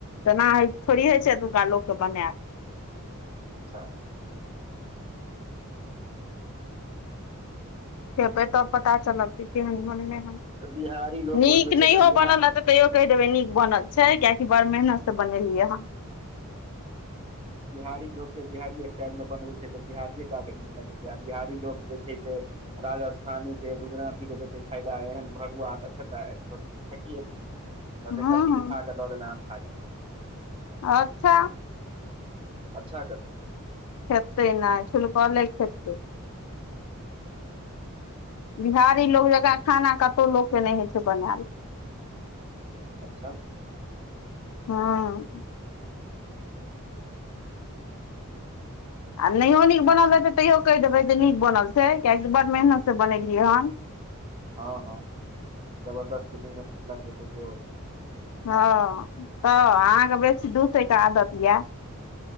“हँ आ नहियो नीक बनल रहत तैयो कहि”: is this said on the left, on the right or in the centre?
Left